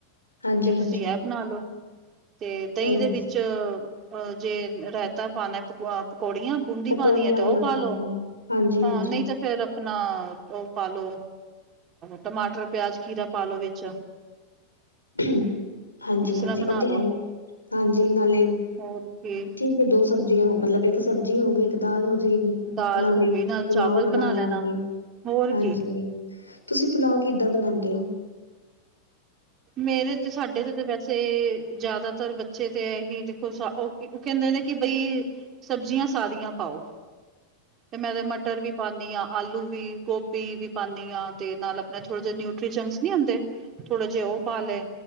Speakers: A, on the left (about 85°); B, on the right (about 30°).
A: ਹਾਂਜੀ,
B: ਤੇ ਤੁਸੀਂ
A: ਹਾਂਜੀ
B: ਇਹ ਬਣਾ ਲਓ। ਤੇ ਦਹੀਂ
A: ਸਹੀ
B: ਦੇ
A: ਹੈ।
B: ਵਿੱਚ ਅ ਜੇ ਰਾਇਤਾ ਪਾਣਾ ਪਕ ਪਕੌੜੀਆਂ, ਬੂੰਡੀ
A: ਉਹ
B: ਪਾਣੀ
A: ਕੋੜੀਆਂ
B: ਹੈ ਤੇ
A: ਵਾਲਾ
B: ਉਹ ਪਾਲੋ।
A: ਪਾਲ ਆ ਹਾਂਜੀ,
B: ਹਾਂ,
A: ਹਾਂਜੀ।
B: ਨਹੀਂ ਤਾਂ ਫੇਰ ਆਪਣਾ ਉਹ ਪਾਲੋ ਟਮਾਟਰ, ਪਿਆਜ, ਖੀਰਾ ਪਾ ਲੋ ਵਿੱਚ।
A: ਹੂ ਹਾਂਜੀ-
B: ਇਸ
A: ਹਾਂਜੀ
B: ਤਰ੍ਹਾਂ ਬਣਾ
A: ਉਹ ਤੇ
B: ਲੋ
A: ਹੈ ਹੀ, ਹਾਂਜੀ ਨਾਲੇ
B: ਹੋਰ ਕੀ
A: ਠੀਕ। ਦੋ ਸਬਜ਼ੀਆਂ ਮਤਲਬ ਇੱਕ ਸਬਜ਼ੀ ਹੋਗੀ। ਦਾਲ ਹੋ ਜਾਏਗੀ।
B: ਦਾਲ
A: ਨਾਲੇ
B: ਹੋ ਗਈ ਨਾਲ
A: ਪੁਲਾਓ
B: ਚਾਵਲ
A: ਬਣਾ
B: ਲੈਣਾ
A: ਲਾਂਗੇ।
B: ਹੋਰ
A: ਹਾਂਜੀ।
B: ਕੀ
A: ਤੁਸੀਂ ਪੁਲਾਓ ਕਿੱਦਾਂ ਬਣਾਉਂਦੇ ਹੋ?
B: ਮੇਰੇ ਤੇ ਸਾਡੇ ਤੇ ਤੇ ਵੈਸੇ ਤੇ ਜ਼ਿਆਦਾਤਰ ਬੱਚੇ ਤੇ ਇਹੀ ਦੇਖੋ ਉਹ ਕਹਿੰਦੇ ਨੇ ਕਿ ਬਈ ਸਬਜ਼ੀਆਂ ਸਾਰੀਆਂ ਪਾਓ। ਤੇ ਮੈਂ ਤੇ ਮਟਰ ਵੀ ਪਾਉਦੀ ਹਾਂ। ਆਲੂ ਵੀ, ਗੋਭੀ ਵੀ ਪਾਉਂਦੀ ਹਾਂ ਤੇ ਨਾਲ ਆਪਣੇ ਥੋੜੇ ਜਿਹੇ ਨਿਊਟਰੀਜਸ ਨਹੀਂ ਆਉਂਦੇ। ਥੋੜੇ ਜਿਹੇ ਉਹ ਪਾ ਲੇ,